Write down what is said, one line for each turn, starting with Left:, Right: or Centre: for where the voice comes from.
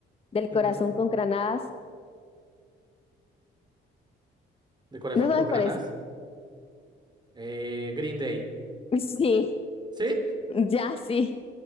Left: del corazón
Right: Ujú.
Left: con granadas?
Right: De corazón
Left: ¿No sabes
Right: con granas.
Left: cuál es?
Right: Eh, Green Day.
Left: <laughs> Sí,
Right: ¿Sí?
Left: ya sí.